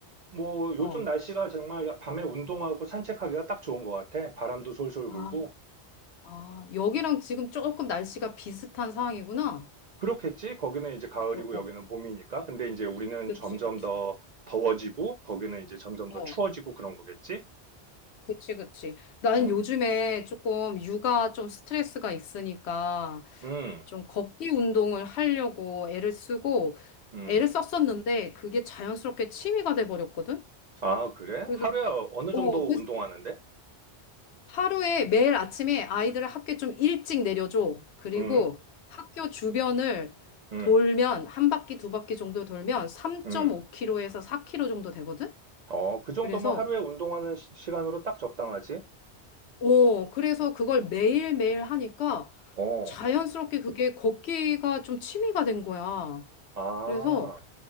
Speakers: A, on the right (about 55°); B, on the left (about 75°).
A: 뭐 요즘
B: 어.
A: 날씨가 정말 밤에 운동하고 산책하기가 딱 좋은 것 같아. 바람도 솔솔
B: 아.
A: 불고.
B: 아, 여기랑 지금 조금 날씨가 비슷한 상황이구나.
A: 그렇겠지? 거기는 이제 가을이고
B: 어,
A: 여기는
B: 어.
A: 봄이니까. 근데 이제 우리는
B: 그치,
A: 점점
B: 그치.
A: 더 더워지고 거기는 이제 점점
B: 어,
A: 더 추워지고 그런 거겠지?
B: 그치, 그치. 나는
A: 음.
B: 요즘에 조금 육아 좀 스트레스가 있으니까
A: 음.
B: 좀 걷기 운동을 하려고 애를 쓰고
A: 음.
B: 애를 썼었는데 그게 자연스럽게 취미가 돼버렸거든?
A: 아, 그래?
B: 그래서,
A: 하루에 어느
B: 어,
A: 정도
B: 그래서
A: 운동하는데?
B: 하루에 매일 아침에 아이들을 학교에 좀 일찍 내려줘. 그리고
A: 응,
B: 학교 주변을
A: 응,
B: 돌면 한 바퀴 두 바퀴 정도 돌면 3.5km에서
A: 응.
B: 4km 정도 되거든?
A: 어, 그 정도면
B: 그래서
A: 하루에 운동하는 시, 간으로딱 적당하지?
B: 어, 그래서 그걸 매일매일 하니까
A: 어,
B: 자연스럽게 그게 걷기가 좀 취미가 된 거야.
A: 아,
B: 그래서